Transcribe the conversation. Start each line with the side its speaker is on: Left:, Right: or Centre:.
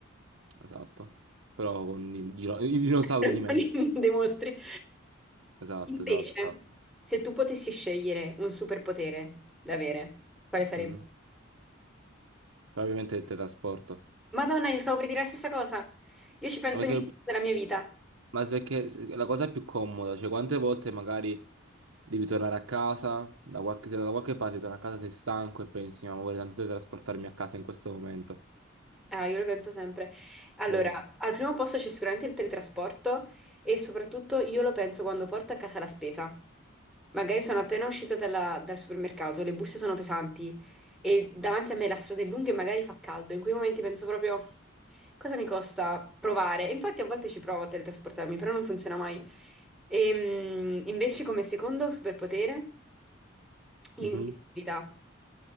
Right: Esatto. Però con i, dino- i dinosauri
Centre: <laughs>
Right: di mezzo.
Centre: dei mostri.
Right: Esatto,
Centre: Invece,
Right: esatto, esatto.
Centre: se tu potessi scegliere un superpotere da avere, quale sarebbe?
Right: Mhm. Però ovviamente il teletrasporto.
Centre: Madonna, io stavo per dire la stessa cosa. Io ci penso
Right: Ma perché,
Centre: ogni giorno della mia vita.
Right: ma se- perché se- la cosa è più comoda, cioè quante volte magari devi tornare a casa, da qualche, se da qualche parte torni a casa sei stanco e pensi, ma vorrei tanto teletrasportarmi a casa in questo momento.
Centre: Ah, io lo penso sempre. Allora,
Right: Capì?
Centre: al primo posto c'è sicuramente il teletrasporto e soprattutto io lo penso quando porto a casa la spesa. Magari sono appena uscita dalla- dal supermercato, le borse sono pesanti e davanti a me la strada è lunga e magari fa caldo. In quei momenti penso proprio cosa mi costa provare. E infatti a volte ci provo a teletrasportarmi, però non funziona mai. E, invece come secondo superpotere, l'invisibilità.
Right: Mhm.